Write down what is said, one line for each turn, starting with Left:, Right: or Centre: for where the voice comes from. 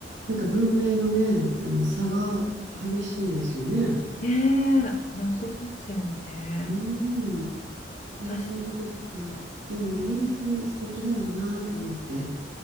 Right: なんか文明のね、あの差が激しいですよね。
Left: ねえ、謎ですよね。
Right: うん。ね、
Left: 私
Right: そういうとことか。でもイギリス素敵だろうなと思って。